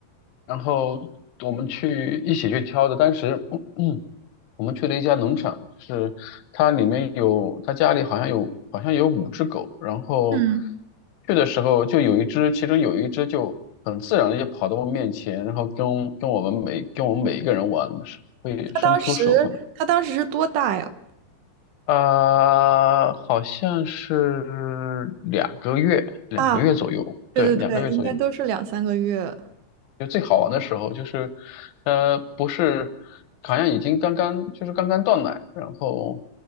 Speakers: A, on the left; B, on the right.
A: 然后我们去一起去挑的，当时 <clears throat> 我们去了一家农场，就是它里面有它家里好像有好像有五只狗，然后
B: 嗯，
A: 去的时候就有一只，其中有一只就很自然的就跑到我面前，然后跟跟我们每跟我们每一个人玩，是会伸出手
B: 它当时它当时是多大呀？
A: 呃，好像是两个月，两个月左右，
B: 啊，对对对，
A: 对，两个月左右。
B: 应该都是两三个月。
A: 就最好玩的时候，就是，呃，不是，好像已经刚刚就是刚刚断奶，然后，